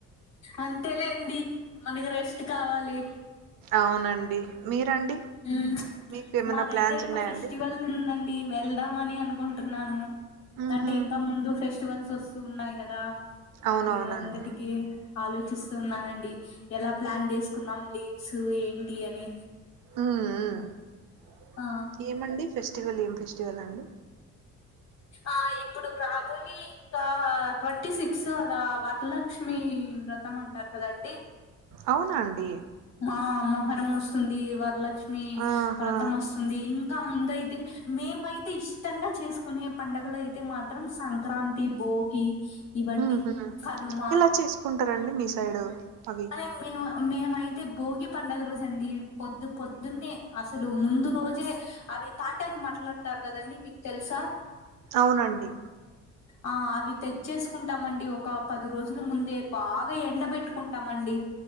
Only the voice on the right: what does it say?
అవునండి మీరండి
మీకు ఏమైనా
ప్లాన్స్
ఉన్నాయండి
ఉహు
అవునవునండి
మ్ మ్ ఉ
ఏమండి ఫెస్టివల్, ఏం ఫెస్టివల్ అండి?
అవునా అండి?
ఆహా
ఉహు
ఎలా చేసుకుంటారండి మీ సైడ్ అవి.
అవునండి